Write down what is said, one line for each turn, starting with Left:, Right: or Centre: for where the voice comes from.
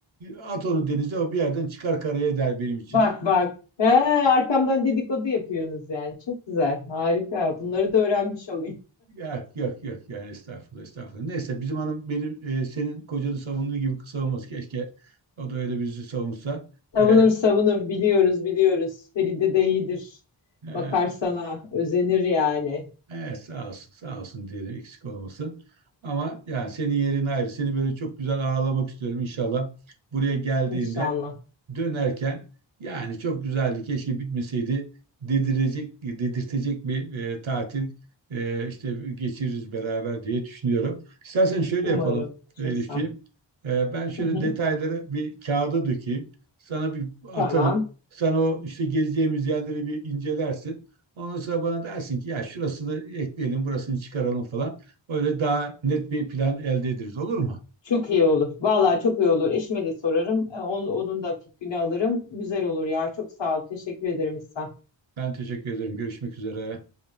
Right: At onu denize o bir yerden çıkar karaya der benim için.
Left: Bak bak. He, arkamdan dedikodu yapıyorsunuz yani. Çok güzel. Harika. Bunları da öğrenmiş olayım.
Right: Yok yok yok yani estağfurullah estağfurullah. Neyse bizim hanım benim e, senin kocanı savunduğu gibi savunmaz. Keşke o da öyle bizi savunsa.
Left: Savunur
Right: E,
Left: savunur. Biliyoruz biliyoruz. Feride de iyidir.
Right: e,
Left: Bakar sana. Özenir yani.
Right: evet sağ olsun sağ olsun diyelim eksik olmasın. Ama yani senin yerin ayrı. Seni böyle çok güzel ağlamak istiyorum inşallah. Buraya geldiğinde
Left: İnşallah.
Right: dönerken yani çok güzeldi keşke bitmeseydi dedirecek dedirtecek bir e, tatil e, işte geçiririz beraber diye düşünüyorum. İstersen şöyle
Left: Umarım.
Right: yapalım
Left: Çok
Right: Elifciğim.
Left: sağ ol.
Right: E, ben şöyle
Left: Hı hı.
Right: detayları bir kağıda dökeyim. Sana bir
Left: Tamam.
Right: atarım. Sen o işte gezeceğimiz yerleri bir incelersin. Ondan sonra bana dersin ki ya şurasını ekleyelim, burasını çıkaralım falan. Öyle daha net bir plan elde ederiz. Olur mu?
Left: Çok iyi olur. Vallahi çok iyi olur. Eşime de sorarım. E, Onun, onun da fikrini alırım. Güzel olur ya. Çok sağ ol. Teşekkür ederim İhsan.
Right: Ben teşekkür ederim. Görüşmek üzere.